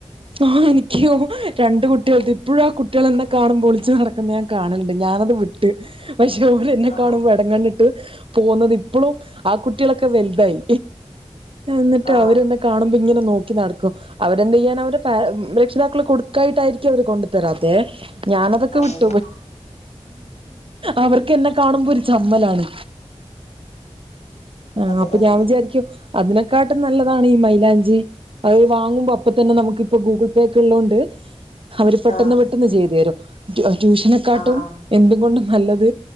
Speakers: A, on the right; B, on the left.
A: ആഹ് എനിക്കും രണ്ട് കുട്ട്യാള്ത്‌ ഇപ്പഴും ആ കുട്ടികൾ എന്നെ കാണുമ്പോൾ ഒളിച്ചു നടക്ക ക്ക്ന്ന ഞാൻ കാണലുണ്ട് ഞാനത് വിട്ട് പക്ഷെ ഓര് എന്നെ
B: ആ
A: കാണുമ്പോ എടം കണ്ണിട്ട് പോന്നത് ഇപ്പളും ആ കുട്ടികളൊക്കെ വലുതായി എന്നിട്ട്
B: ആ
A: അവര് എന്നെ കാണുമ്പോ ഇങ്ങനെ നോക്കി നടക്കും അവരെന്ത് ചെയ്യാനാ അവരെ പേ രക്ഷിതാക്കൾ കൊടുക്കായിട്ടായിരിക്കും അവര് കൊണ്ടു തരാത്തെ ഞാൻ അതൊക്കെ
B: അതെ
A: വിട്ട്
B: അതെ
A: അവർക്കെന്നെ കാണുമ്പോ ഒരു ചമ്മലാണ് ആഹ്
B: അതെ
A: അപ്പൊ
B: അതെ
A: ഞാൻ വിചാരിക്കും അതിനെക്കാട്ടും നല്ലതാണ് ഈ മൈലാഞ്ചി അത് വാങ്ങുമ്പോ അപ്പ തന്നെ നമുക്കിപ്പോ ഗൂഗിൾ പേ ഒക്കെ ഇള്ളോണ്ട് അവര് പെട്ടെന്ന്
B: ആ ആ
A: പെട്ട ട്ടന്ന് ചെയ്തു തരും ട്യൂഷനെക്കാട്ടും
B: ആ ആ
A: എന്ത്‌ കൊണ്ടും നല്ലത്